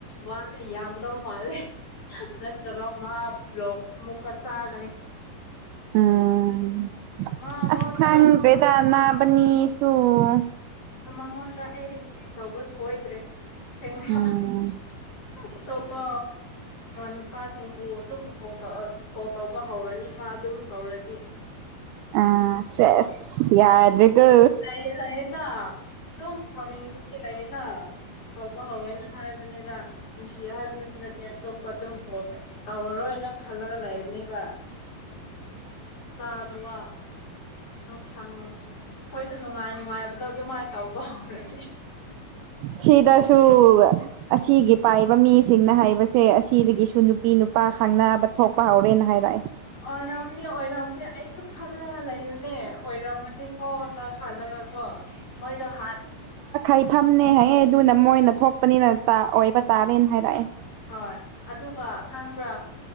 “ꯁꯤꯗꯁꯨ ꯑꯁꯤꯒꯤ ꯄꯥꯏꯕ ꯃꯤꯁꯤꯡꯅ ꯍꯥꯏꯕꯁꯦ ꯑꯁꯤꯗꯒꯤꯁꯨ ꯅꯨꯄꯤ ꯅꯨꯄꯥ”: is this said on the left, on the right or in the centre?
Right